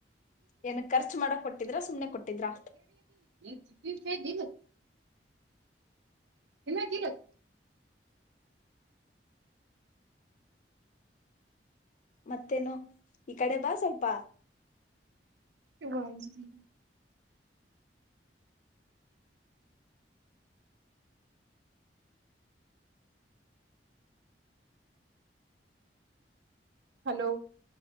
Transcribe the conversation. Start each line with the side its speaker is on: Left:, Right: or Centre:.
Left: ಏನ ಖರ್ಚು ಮಾಡಕ್ ಕೊಟ್ಟಿದ್ರ ಸುಮ್ನೆ ಕೊಟ್ಟಿದ್ರಾ
Right: ೇ ದಗ ನಿ ತಿಗ <unintelligible>
Left: ಮತ್ತೇನು ಈ ಕಡೆ ಬಾ ಸ್ವಲ್ಪ
Right: ವ <inaudible> ಹಲೋ